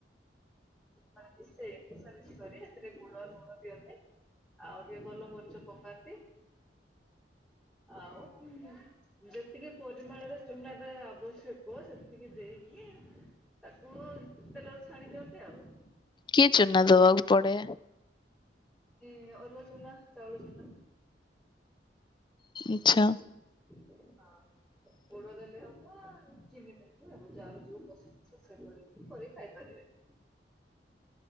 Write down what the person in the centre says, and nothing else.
ମାନେସେ ମିଶା ମିଶି କରି ଏଥିରେ ଗୁଡ଼ ଲୁଣ ଦିଅନ୍ତି। ଆଉ ଟିକେ ଗୋଲମରିଚ ପକାନ୍ତି ଆଉ ହୁଁ ଯେତିକି ପରିମାଣରେ ଚୁନା ଟା ଆବଶ୍ୟକ ସେତିକି ଦେଇକି ତାକୁ ତେଲରେ ଛାଣି ଦିଅନ୍ତି ଆଉ।
କେ ଅରୁଆ ଚୂନ ଚାଉଳ ଚୂନା।
ହଁ।
ଗୋଡ ଦେଲେ ହବ ଚିନି ଦେଲି ହବ ଯାହାର ଯୋଉ ପସନ୍ଦ ଅ ସେଭଳି କରି ଖାଇପାରିବେ। <inaudible>